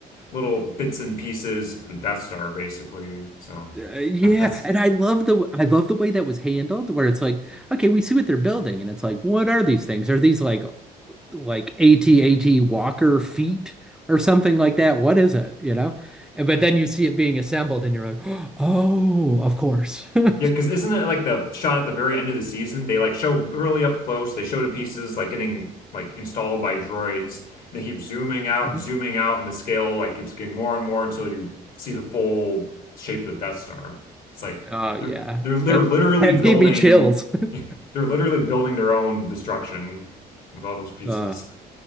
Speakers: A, on the left; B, in the centre.
A: little bits and pieces for the Death Star basically. So
B: Uh, yeah,
A: that, that's
B: and I love the I love the way that was handled, where it's like, okay, we see what they're building, and it's like, what are these things? Are these like like AT-AT Walker feet or something like that? What is it? You know? And but then you see it being assembled, and you're like, <gasps> oh, of course. <laughs>
A: Yeah, because isn't it like the shot at the very end of the season? They like show really up close. They show the pieces like getting like installed by droids. And they keep zooming out
B: Mhm.
A: and zooming out, and the scale like keeps getting more and more until you see the full shape of the Death Star. It's like
B: Oh yeah,
A: they're they're they're
B: that
A: literally
B: that
A: building
B: gave me chills. <laughs>
A: <laughs> they're literally building their own destruction with all those pieces.
B: Uh,